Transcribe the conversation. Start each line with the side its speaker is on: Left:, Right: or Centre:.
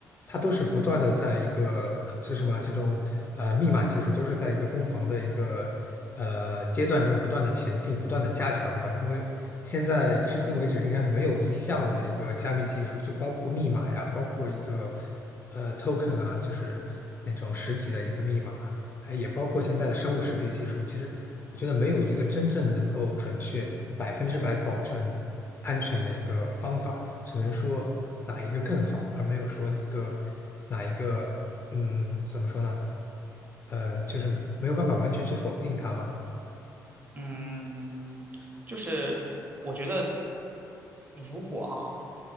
Left: 它都是不断的在一个，就什么啊这种呃密码技术，都是在一个攻防的一个呃阶段中不断的前进、不断的加强的。因为现在至今为止，应该没有一项的一个加密技术，就包括密码呀，包括一个。呃 token 啊，就是那种实体的一个密码，哎，也包括现在的生物识别技术。其实我觉得没有一个真正能够准确、百分之百保证安全的一个方法，只能说哪一个更好，而没有说一个哪一个，嗯，怎么说呢？呃，就是没有办法完全去否定它吧。
Right: 嗯，就是我觉得如果哈。